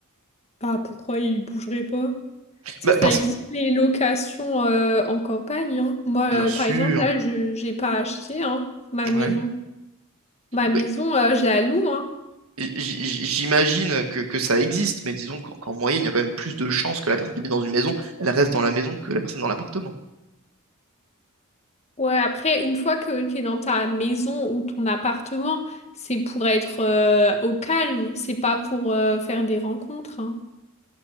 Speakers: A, on the left (about 30°); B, on the right (about 80°).
A: Bah pourquoi ils bougeraient pas? Tu
B: Bah,
A: sais, ça
B: parce...
A: existe les locations euh, en campagne. hein. Moi,
B: Bien sûr,
A: euh, par exemple, là, je j'ai pas acheté hein, ma maison.
B: ouais.
A: Ma maison,
B: Oui.
A: euh, je la loue. hein.
B: J- j- J'imagine que, que ça existe, mais disons qu'en qu'en moyenne, il y a quand même plus de chances que la personne qui habite dans une maison, elle reste dans la maison que la personne dans l'appartement.
A: Ouais, après, une fois que t'es dans ta maison ou ton appartement, c'est pour être euh, au calme. C'est pas pour euh, faire des rencontres. hein.